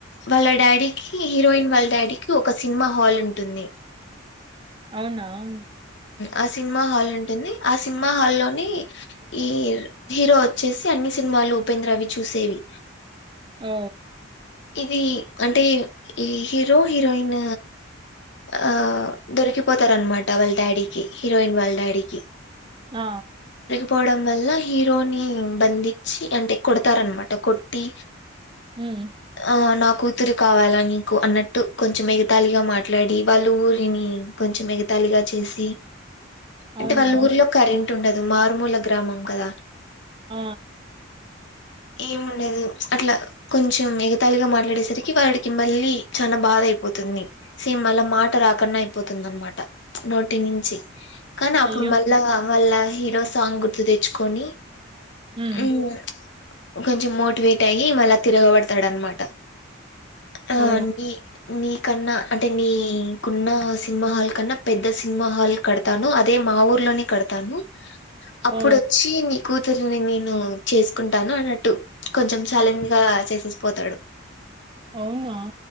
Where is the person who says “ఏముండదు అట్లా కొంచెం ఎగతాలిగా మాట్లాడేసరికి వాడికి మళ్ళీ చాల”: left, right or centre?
Left